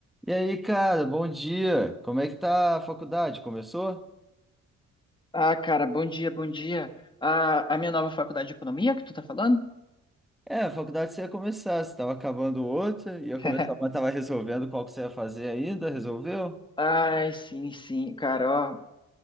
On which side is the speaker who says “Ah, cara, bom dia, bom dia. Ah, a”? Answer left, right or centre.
Left